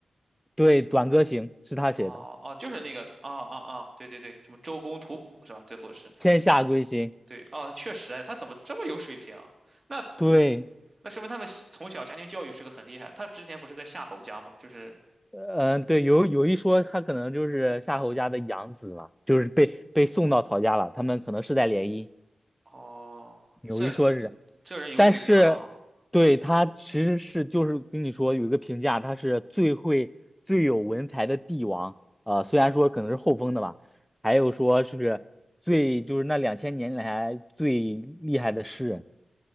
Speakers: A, in the centre; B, on the right (about 35°).
A: 对，《短歌行》是他写的，
B: 哦哦，就是那个，哦哦哦，对对对，什么周公吐哺是吧？最后是，
A: 《天下归心》。
B: 对，哦，他确实，哎，他怎么这么有水平啊？那
A: 对，
B: 那说明他们小从小家庭教育是个很厉害。他之前不是在夏侯家吗？就是，
A: 嗯、对，有有一说，他可能就是夏侯家的养子嘛，就是被被送到曹家了，他们可能世代联姻，
B: 哦，
A: 有一说是，
B: 这这人有水平哈、
A: 但是对他其实是就是跟你说有一个评价，他是最会最有文采的帝王，呃，虽然说可能是后封的吧，还有说是最就是那两千年来最厉害的诗人，